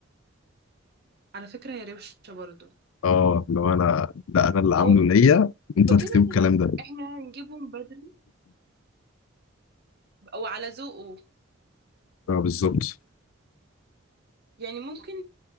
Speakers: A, on the right (about 55°); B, on the left (about 75°).
A: على فكره هي روشه برضه
B: اه لو انا لا انا اللي عامله
A: هو
B: ليا انتوا هتكتبوا
A: كده
B: الكلام
A: كده
B: ده
A: احنا هنجيبهم بدري وعلى ذوقه
B: اه بالظبط
A: يعني ممكن